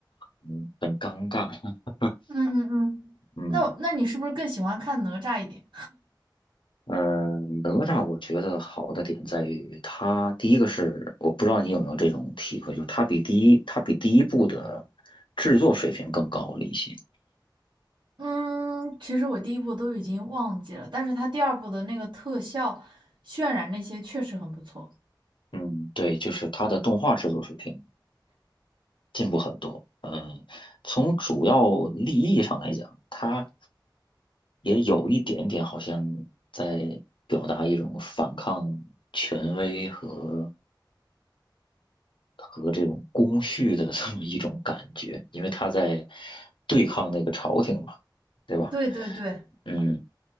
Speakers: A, on the left; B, on the right.
A: 嗯很尴尬。<laughs>
B: 嗯嗯嗯，
A: 嗯
B: 那我那你是不是更喜欢看哪吒一点？
A: 嗯，哪吒我觉得好的点在于它，第一个是我不知道你有没有这种体会，就是它比第一它比第一部的制作水平更高了一些。
B: <laughs> 嗯，其实我第一部都已经忘记了，但是他第二部的那个特效渲染那些确实很不错。
A: 嗯，对，就是它的动画制作水平进步很多。嗯，从主要立意上来讲，它。也有一点点好像在表达一种反抗权威和和这种公序的这么一种感觉，因为他在对抗那个朝廷嘛，对吧？
B: 对对对，
A: 嗯，